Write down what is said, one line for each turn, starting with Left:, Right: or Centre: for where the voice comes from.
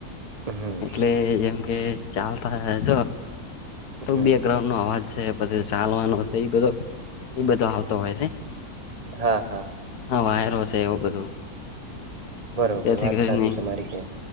Right: હમ
Left: એટલે એમ કે ચાલતા જો તો
Right: હમ
Left: બેકગ્રાઉન્ડ નો અવાજ છે પછી ચાલવાનો છે એ બધો એ બધો આવતો હોય છે.
Right: હા હા
Left: હા વાયરો છે એવું બધું
Right: બરોબર
Left: તેથી
Right: વાત
Left: કરીને
Right: સાચી તમારી કે